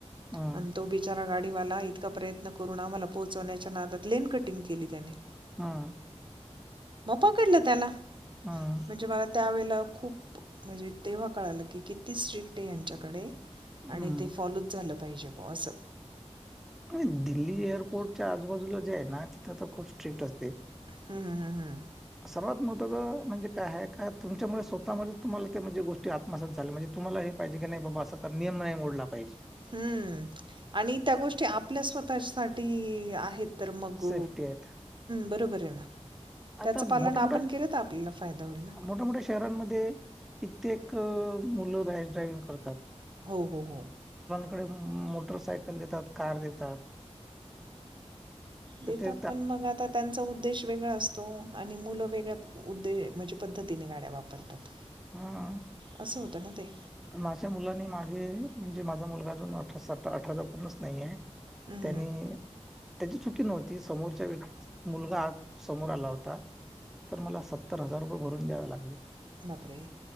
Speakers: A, in the centre; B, on the right (about 45°).
A: हां,
B: आणि तो बिचारा गाडीवाला इत प्रयत्न करून आमला पोहोचवण्याच्या नादात लेन कटिंग केली त्यानी
A: हा.
B: मग पकडलं त्याला
A: हां,
B: म्हणजे मला त्यावेळेला खूप म्हणजे तेव्हा कळालं की किती स्ट्रिक्ट आहे यांच्याकडे आणि
A: हं.
B: ते फॉलोच झालं पाहिजे ब असं.
A: आणि दिल्ली एअरपोर्टच्या आजबाजूला जे आहे ना तिथं तर खूप स्ट्रिक्ट असते.
B: हम्मम हम्म हम्म.
A: सर्वात म्हणजे काय का तुमच्यामुळे स्वतः तुमला ते म्हणे गोष्टी आत्मसात झाल्या म्हणजे तुम्हाला हे पाहिजे नाही बाबा असं नाही मोडला पाहिजे.
B: हम्म आणि त्या गोष्टी आपल्या स्वतः साठी आहेत. तर मग्
A: सेफ्टी आहेत.
B: बरोबर आहे ना. त्याचं
A: आता मोठ
B: पालन आपण
A: मोठ्या
B: केलं तर आपल्याला फायदा होईल ना
A: मोठ्यामोठ्या शहरांमध्ये प्रत्येक मुलं रॅश ड्रायविंग करतात.
B: हो हो हो
A: कडे मोटरसायकल देतात कार देतात.
B: देतात
A: तर ते
B: पण मग आता त्यांचा उद्देश वेगळा असतो. तो आणि मुलं वेगळ्या उद्दे म्हणजे पद्धतीने गाड्या वापरतात.
A: हं.
B: असं होतं ना ते?
A: माझ्या मुलानी मागे म्हणजे माझा मुलगा अजून अठरा अठरा तर पूर्णच नाहीय
B: हम्म,
A: त्यांनी
B: हम्म.
A: त्याची चुकी नव्हती समोरच्या व्यक्ती मुलगा समोर आला होता. तर मला सत्तर हजार रुपये भरून द्यावे लागले.
B: बापरे!